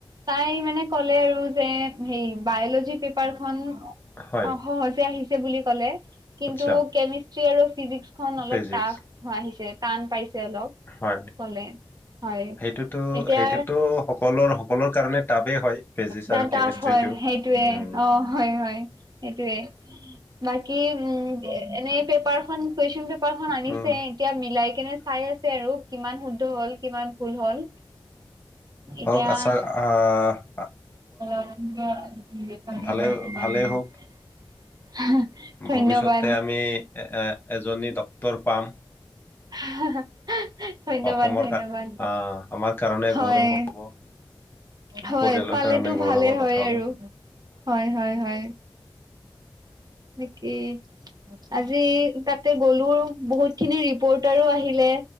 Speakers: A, on the right; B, on the left.
A: তাই মানে ক'লে আৰু যে, হে, বায়লজি পেপাৰখন?
B: হয়
A: অ, সহজে আহিছে। বুলি ক'লে। কিন্তু
B: আচ্ছা
A: কেমি শ্ৰী আৰু। ফিজিক্স খন অলপ
B: ফিজিক্স।
A: টাফ আহিছে। তান, পাইচ অলপ
B: হয়।
A: কলে, হয়
B: সেইটোতো
A: এতিয়া
B: সেইটোতো সকলৰ, সকলৰ কাৰণে টাপেই হয়। ফিজিক্স
A: তাৰ
B: আৰু কেমিষ্ট্ৰিটো।
A: টাফ হয়, সেইটয়ে
B: উম।
A: অ, হয়, হয় সেইটোৱে। বাকী উম, এনেই পেপাৰখন? কুৱেশচন পেপাৰখন আনিছে,
B: উম
A: এতিয়া মিলাই কেনে চাই আছে আৰু কিমান শুদ্ধ হ'ল, কিমান ভুল হ'ল। এতিয়া
B: অ, আছা, আ।
A: <unintelligible>
B: ভালে ভালে হওক
A: ধন্যবাদ।
B: ভৱিষ্যতে আমি এ, এ, এজনী ডক্তৰ পাম।
A: সাহাহা। ধন্যবাদ,
B: অসমৰ
A: ধন্যবাদ,
B: কা আহ আমাৰ কাৰণে
A: হয়।
B: গৌৰৱ হ'ব
A: হয়,
B: পৰিয়ালৰ
A: পালেতো
B: কাৰণে গৌৰৱৰ
A: ভালে হয়,
B: কথা হ'ব
A: আৰু হয়, হয়, হয়। নেকি আজি তাতে গ'লো, বহুত খিনি ৰিপৰ্টাৰো আহিলে।